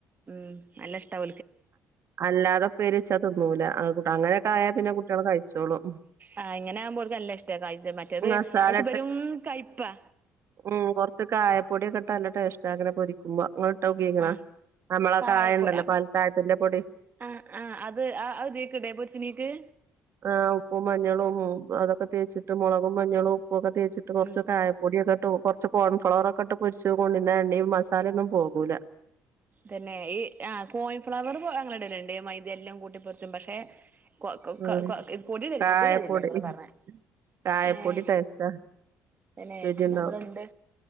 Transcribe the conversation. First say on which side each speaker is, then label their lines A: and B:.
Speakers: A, on the right; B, on the right.
A: ഉം നല്ല ഇഷ്ടല
B: അല്ലാതെ പേര്ച്ചാ തിന്നൂലട്ട അങ്ങനെയൊക്കെ ആയാൽ പിന്നെ കുട്ടികൾ കഴിച്ചോളു
A: ആഹ് ഇങ്ങനെ ആകുമ്പോക്ക നല്ല ഇഷ്ട കഴച മറ്റേത്
B: മസാല
A: ഒക്കെ പെരും കയ്പാ
B: ഉ കൊറച്ച് കായപ്പൊടിയൊക്കെ നല്ല ടേസ്റ്റ് ആനെ പൊരിക്കുമ്പോ അങ്ങ ഇട്ടക്കീക്കണ
A: ആ
B: നമ്മളെ
A: കായപ്പൊടി
B: കായ ഉണ്ടല്ലോ പ തഴത്തിന്റെ പൊടി
A: ആ ആ അത് ആ അത് ഇതീക്കിടേ പൊരിച്ചിണീക്ക്
B: ആ് ഉപ്പും മഞ്ഞളും അതൊക്കെ തേച്ചിട്ട മുളക മഞ്ഞളും ഉപ്പുംൊക്കെ തേച്ചി് കുറച്ച്
A: ഉം
B: കായപ്പൊടൊക്കെ കുറച്ച് കോൺഫ്ലവറ ഒക്കെ ഇട്ട് പൊരിച്ച കൊണ്ട ഇന്ന എണ്ണയും മസാല ഒന്നും പോകൂില്ല
A: തന്നെ ഈ ആ കോൺഫ്ലവർ ഞങ്ങള ഇടലുണ്ട് മൈതെല്ലാം കൂട്ടിപ്പൊറിച്ചും പക്ഷെ കൊ കൊ
B: ഉം
A: കൊ ഇത് പൊടിയിടലില്ല
B: കാായപൊടി
A: ഇതിടലില്ല ഇങ്ങള് പറഞ്ഞ
B: കാായപൊടി
A: ഏ
B: തൈച്ചക്ക
A: പിന്നെ
B: രുചിുണ്ടാവും
A: ഇവിടെണ്ട്